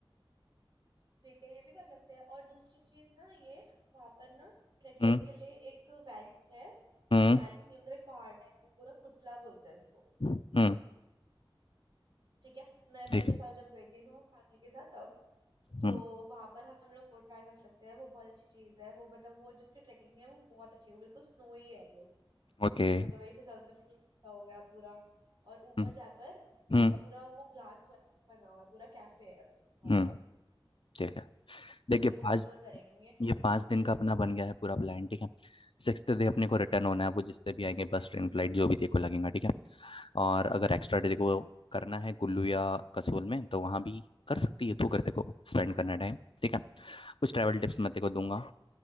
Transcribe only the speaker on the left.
हम्म
हम्म
हम्म
ठीक है
हम्म।
ओके
हम्म
हम्म
हम्म,
ठीक है देखिए
पाँच
ये पाँच
दिन का अपना बन गया है पूरा प्लान ठीक है सिक्स्थ डे अपने को रिटर्न होना है वो जिससे भी आएंगे बस ट्रेन फ्लाइट जो भी देखो लगेगा ठीक है और अगर एक्स्ट्रा डे को करना है कुल्लू या कसोल में तो वहाँ भी कर सकती है तो कर देखो स्पेंड करना है टाइम ठीक है कुछ ट्रैवल टिप्स मैं तेरे को दूंगा